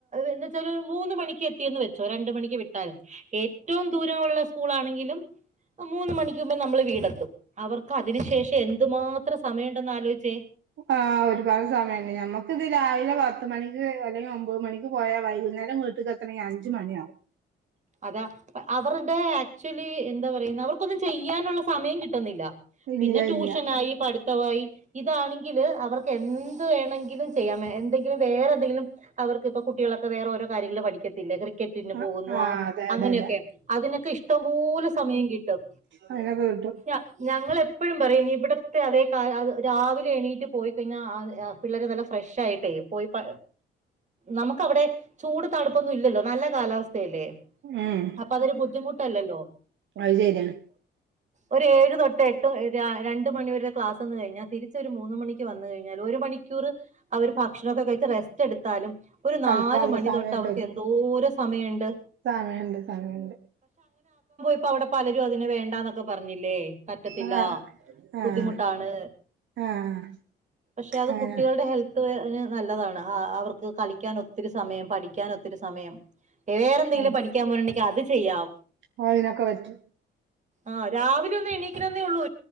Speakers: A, on the right; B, on the right.
A: എന്തച്ചാല് മൂന്ന് മൂന്ന് മണിക്ക് എത്തിയന്ന് വെച്ചോ രണ്ട മണിക്ക് വിട്ടാല് ഏറ്റവും ദൂരമള്ള സ്കൂൾ ആണെങ്കിലും മൂന്ന മണിക്കുമുമ്പേ നമ്മള് വീടെത്തും അവർക്ക് അതിനു ശേഷം എന്തുമാത്രം സമയണ്ടെന്ന് ആലോചിച്ചേ?
B: ആഹ് ഒരുപാട് സമയുണ്ട് ഞമ്മക്ക് ഇത് രാവിലെ പ പത്ത് മണിക്ക് അല്ലെങ്കിൽ ഒമ്പത് മണിക്ക് പോയാൽ ഒൻപത്‌ മണിക്ക് പോയാൽ വൈകുന്നേരം വീട്ടുക്ക് എത്തണെങ്കിൽ അഞ്ച് മണിയാകും.
A: അതാ അവരുടെ ആക്ച്വലി എന്താ പറയുന്ന അവർക്കൊന്നും ചെയ്യാനുള്ള സമയം കിട്ടുന്നില്ലാ. പിന്നെ
B: ഇല്ല
A: ട്യൂഷനായി
B: ഇല്ല
A: പഠിത്തവായി. ഇതാണെങ്കില് അവർക്ക് എന്ത് വേണമെങ്കിലും ചെയ്യാം എന്തെങ്കിലും വേറെ എന്തെങ്കിലും അവർക്ക് ഇപ്പ കുട്ടി കുട്ടികളൊക്കെ വേറെ ഓരോ കാര്യങ്ങള് പഠിക്കത്തിലേ ക്രിക്കറ്റിന്
B: ആഹ്
A: പോകുന്നു
B: ആഹ്
A: ആ
B: അതെ
A: അങ്ങനെയൊക്കെ
B: അതെ അതെ
A: അതിനൊക്കെ ഇഷ്ടംപോലെ സമയം കിട്ടും.
B: അതിനൊക്കെ കിട്ടും
A: ഞങ്ങ ഞങ്ങൾ എപ്പോഴും പറയും നീ ഇവിടു ത്തെ അതേ രാവിലെ എണീറ്റ് പോയിക്കഴിഞ്ഞാൽ പിള്ളേര് വല്ല ഫ്രഷ് ആയിട്ടെയ് പോയി പ നമുക്ക് അവിടെ ചൂട് തണുപ്പൊന്നും ഇല്ലല്ലോ നല്ല കാലാവസ്ഥയല്ലേ?
B: ഉം
A: അപ്പ അതൊരു ബുദ്ധിമുട്ടല്ലല്ലോ?
B: അത് ശരിയാണ്
A: ഒരു ഏഴ് തൊട്ട് എട്ട് രണ്ട് മണിവരുടെ ക്ലാസ് വന്ന് കഴിഞ്ഞാൽ തിരിച്ച ഒരു മൂന്ന് മണിക്ക് വന്ന് കഴിഞ്ഞാൽ ഒരു മണിക്ക് ക്കുറ് അവര് ഭക്ഷണം ഒക്കെ കഴിച്ച് റെസ്റ്റ് എടുത്താലും. ഒരു
B: കളിക്കാനുള്ള
A: നാല് മണി
B: സമയണ്ട്
A: തൊട്ട് അവർക്ക് എന്തോരേ സമയഉണ്ട്.
B: സമയുണ്ട് സമയുണ്ട്.
A: ഇപ്പൊ അവിടെ പലരും അതിനെ വേണ്ടാന്നൊക്കെ പറഞ്ഞില്ലേ, പറ്റത്തില്ല.
B: ആഹ്
A: ബുദ്ധിമുട്ടാണ്
B: ആഹ് ആഹ്
A: പക്ഷെ അത്
B: അങ്ങനെ
A: കുട്ടികളുടെ ഹെൽത്ത് അയിന് നല്ലതാണ് അ അവർക്ക് കളിക്കാൻ ഒത്തിരി സമയം പഠിക്കാൻ ഒത്തിരി സമയം വേറെന്തെങ്കിലും
B: ആ
A: <unintelligible> അത് ചെയ്യാം
B: ഓ ഇനൊക്കെ വെച്ച്
A: ആ രാവിലെ ഒന്ന് എണീ ക്കണെന്ന് ഉള്ളൂ